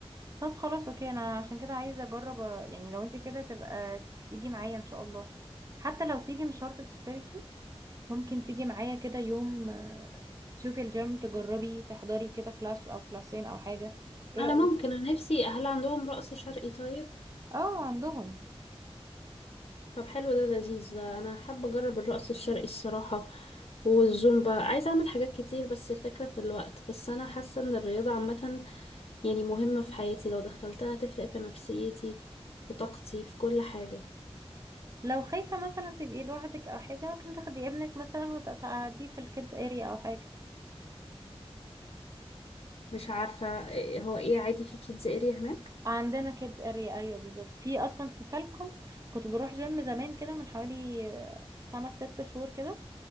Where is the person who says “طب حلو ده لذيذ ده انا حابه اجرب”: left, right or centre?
Left